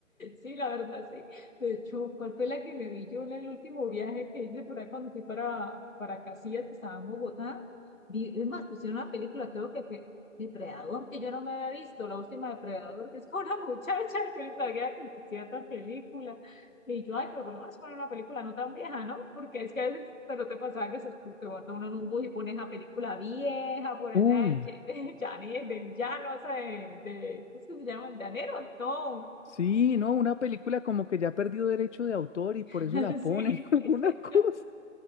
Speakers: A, on the left; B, on the left.
A: Sí, la verdad, sí. De hecho, ¿cuál fue la que me vi yo en el último viaje que hice por ahí cuando fui para, para Casillas, que estaba en Bogotá? Vi, es más, pusieron una película, creo que fue Depredador, que yo no me había visto, la última Depredador, que es con una <laughs> muchacha, yo ni sabía que existía esta película. Y yo, ay, pero por lo menos poner una película no tan vieja, ¿no? Porque es que a veces pero te pasaba que se, te bota uno en un bus y pones la película vieja por
B: Uy,
A: allá, el, Che- <laughs> Chani, el del llano, esa de, de, ¿cómo es que se llama? El llanero, no.
B: sí, no, una película como que ya perdió derecho de autor y por
A: <laughs>
B: eso la ponen
A: Sí,
B: <laughs> alguna
A: este,
B: cosa.